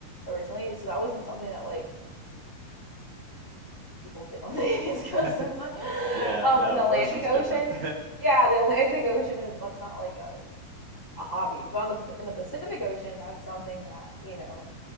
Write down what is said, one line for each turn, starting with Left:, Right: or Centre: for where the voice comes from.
Left: originally, so that wasn't something that like people did on <laughs> the East
Right: <laughs>
Left: Coast. That's not
Right: Yeah,
Left: um,
Right: no,
Left: in the Atlantic
Right: ocean's
Left: Ocean.
Right: different.
Left: Yeah, the Atlantic Ocean is that's not like a, a hobby, but on the in the Pacific Ocean, that's something that you know